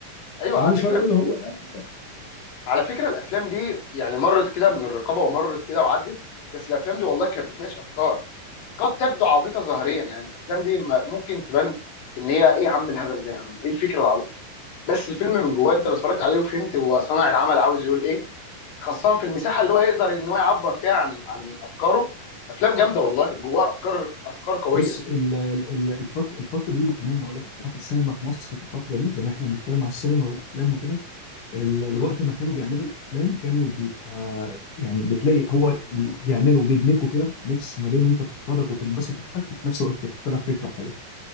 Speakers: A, on the left; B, on the left.
A: ايوه
B: عمال
A: على فكره
B: يشاور يقول له هو ده
A: على فكره الافلام دي يعني مرت كده من الرقابه ومرت كده وعدت بس الافلام دي والله كانت بتناقش افكار قد تبدو عبيطه ظاهريا يعني الافلام دي ما- ممكن تبان ان هي ايه يا عم الهبل ده يا عم ايه الفكره العبيطه بس الفيلم من جواه انت لو اتفرجت عليه وفهمت هو صانع العمل عاوز يقول ايه خاصه في المساحه اللي هو يقدر ان هو يعبر فيها عن عن افكاره افلام جامده والله جواها افكار افكار قويه
B: بص ال- ال- ال- الفت- الفتره دي الامانه هقول لك الحاجات السينما في مصر في الفتره دي بان احنا بنتكلم على السينما والافلام وكده ال- الوقت
A: امم
B: ما كانوا بيعملوا الافلام كانوا بيبقى يعني بتلاقي هو ال- بيعملوا بيدمجوا كده ميكس ما بين انت بتتفرج وتنبسط وتضحك وفي نفس الوقت بيحط لك فكره حلوه